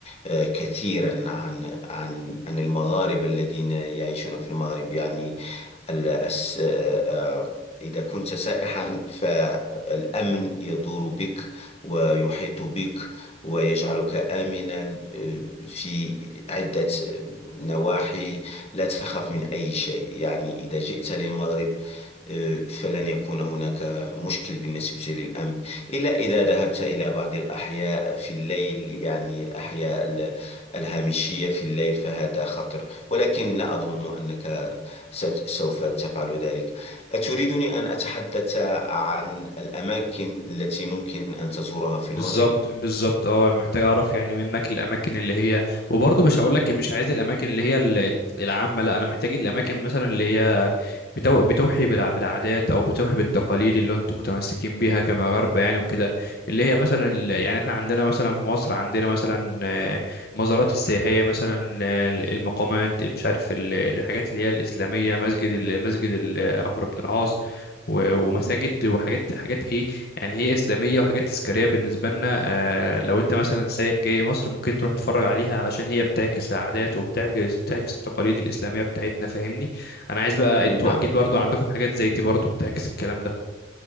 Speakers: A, on the left; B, on the left.
A: آه، كثيرا عن عن عن المغاربة الذين يعيشون في المغرب يعني ال- الس- آه، آه، إذا كنت سائحا فالأمن يدور بك ويحيط بك ويجعلك آمنا آه، في عدة نواحي لا تخاف من أي شيء يعني إذا جئت للمغرب آه، فلن يكون هناك مشكل بالنسبة للأمن إلا إذا ذهبت إلى بعض الأحياء في الليل يعني أحياء ال- الهامشية في الليل فهذا خطر ولكن لا أظن أنك ست- سوف تفعل ذلك أتريدني أن أتحدث عن الأماكن التي ممكن أن تزورها في المغرب؟
B: بالظبط بالظبط اه محتاج اعرف يعني منك الاماكن اللي هي وبرضه مش هقول لك مش عايز الاماكن اللي هي ال- ال- العامه لا انا محتاج الاماكن مثلا اللي هي بتو... بتوحي بالع- بالعادات او بتوحي بالتقاليد اللي انتم متمسكين بيها كمغاربه يعني وكده اللي هي مثلا ال... يعني احنا عندنا مثلا في مصر عندنا مثلا آه، المزارات السياحيه مثلا آه، المقامات مش عارف ال- الحاجات اللي هي الاسلاميه مسجد ال- مسجد ال- عمرو بن العاص و- ومساجد وحاجات حاجات ايه يعني هي اسلاميه وحاجات تذكاريه بالنسبه لنا آه، لو انت مثلا سايح جاي مصر ممكن تروح تتفرج عليها علشان هي بتعكس العادات وبتعكس بتعكس التقاليد الاسلاميه بتاعتنا فاهمني انا عايز بقى انتوا
A: نعم
B: اكيد برضو عندكم حاجات زي دي برضو بتعكس الكلام ده